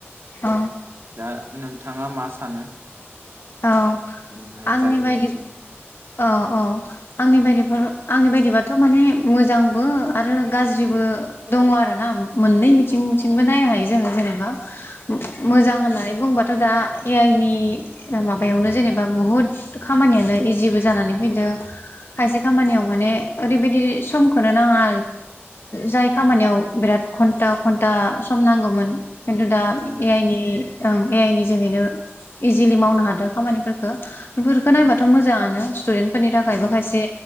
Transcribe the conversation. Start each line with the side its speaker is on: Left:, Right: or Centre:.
Left: औ
Right: दा नोंथाङा मा सा सानो
Left: औ
Right: जेनेफ्राय
Left: आंनि
Right: गाज्रि
Left: बायदि
Right: बिथिं
Left: औ औ आंनि बायदिफोर आंनि बायदिबाथ' माने
Right: उम
Left: मोजां बो आरो गाज्रिबो
Right: उम
Left: दङ आरो ना मोननै बिथिंथिंबो
Right: औ औ
Left: नायनो हायो जोङो जेनेबा
Right: उम
Left: मोजां होननानै बुंबाथ थ दा ए आइ नि ओ माबायावनो जेनेबा बुहुद खामानियानो इजिबो जानानै फैदो खायसे
Right: उम
Left: खामानियाव माने ओरैबायाददि समखौनो नाङा जाय
Right: उम
Left: खामानियाव बिराद खघन्टा खन्टा स सम नांगौमोन खिन्थु दा
Right: नंगौ
Left: ए आइ नि ओं ए आइ नि जोहैनो इजिलि मावनो हादों खामानिफोरखो। बेफोरखो नायबाथ
Right: नंगौ
Left: मोजाङानो। स्टुदेन्ट फोरनि थाखायबो
Right: औ
Left: खायसे